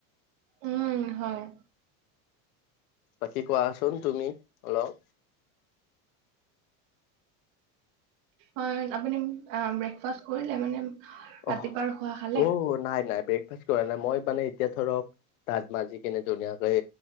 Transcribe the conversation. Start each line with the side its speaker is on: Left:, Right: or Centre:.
Right: উম, হয়।
Left: বাকী কোৱাচোন তুমি অলপ।
Right: হয়, আপুনি আ ব্ৰেকফাষ্ট কৰিলে মানে
Left: অহ'
Right: ৰাতিপুৱাৰ খোৱা খালে?
Left: ঔ নাই নাই ব্ৰেক ফাৰ্ষ্ট কৰা নাই। মই মানে এতিয়া ধৰক দাঁত মাজি কিনে ধুনীয়াকৈ